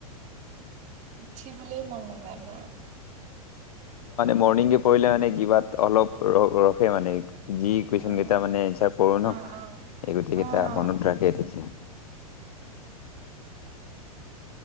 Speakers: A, on the right (about 40°); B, on the left (about 75°).
A: উঠিবলৈ মন নাযায় ন
B: মৰ্ণিঙে পৰিলে মানে কিবাত অলপ ৰ ৰখে মানে। যি কুৱেশন
A: অ'
B: কেইটা মানে এনচাৰ পঢ়ো ন
A: অ' অ'
B: এই গোটেই
A: অ'
B: কেইটা মনত থাকে তেতিয়া।